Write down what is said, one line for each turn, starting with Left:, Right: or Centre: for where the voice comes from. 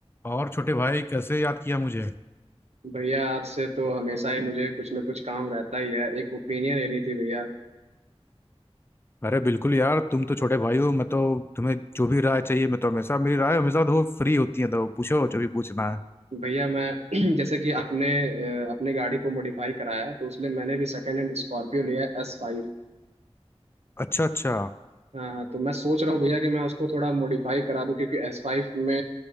Left: और छोटे भाई कैसे याद किया मुझे
Right: भैया आपसे तो हमेशा ही मुझे कुछ ना कुछ काम रहता ही है एक ओपिनियन लेनी थी भैया
Left: अरे बिल्कुल यार तुम तो छोटे भाई हो मैं तो तुम्हें जो भी राय चाहिए मैं तो हमेशा मेरी राय हमेशा तो फ्री होती है तो पूछो जो भी पूछना है
Right: भैया मैं <clears throat> जैसे कि आपने अ, अपने गाड़ी को मॉडिफाई कराया तो उसलिए मैंने भी सेकेंड हैंड स्कॉर्पियो लिया है एस फाइव
Left: अच्छा अच्छा
Right: हाँ हाँ तो मैं सोच रहा हूँ भैया कि मैं उसको थोड़ा मॉडिफाई करा दूँ क्योंकि एस फाइव में